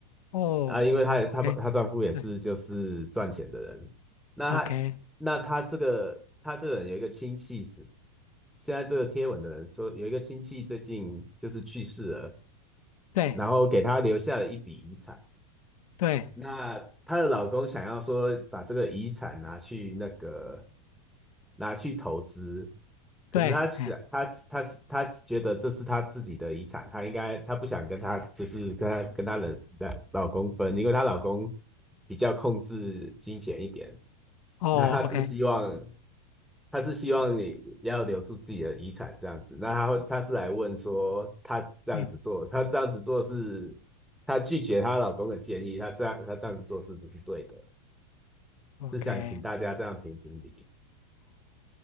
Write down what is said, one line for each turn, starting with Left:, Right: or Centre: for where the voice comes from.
Left: 哦，OK，
Centre: 啊，因为她她她丈夫也是就是赚钱的人，
Left: 是
Centre: 那她那她这个她这个人有一个亲戚是
Left: OK，
Centre: 现在这个贴文的人说有一个亲戚最近就是去世了，
Left: 对
Centre: 然后给她留下了一笔遗产。
Left: 对
Centre: 那她的老公想要说把这个遗产拿去那个拿去投资，可是她想她她她觉得这是她自己的遗产，
Left: 对，哎，
Centre: 她应该她不想跟她就是跟她跟她的的老公分，因为她老公比较控制金钱一点，
Left: 哦，OK，
Centre: 那他是希望，他是希望你要留住自己的遗产这样子。那他会，他是来问说，他这样子做，
Left: 嗯
Centre: 他这样子做是，他拒绝她老公的建议，他这样他这样子做是不是对的？
Left: ，OK，OK，
Centre: 是想请大家这样评评理。